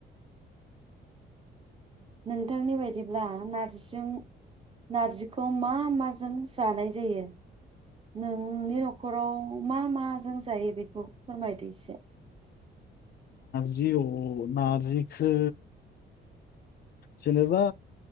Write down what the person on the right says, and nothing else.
नोंथांनि बायदिब्ला नारजिजों नारजिखौ मा माजों जानाय जायो नोंनि न'खराव मा माजों जायो बेखौ फोरमायदो इसे।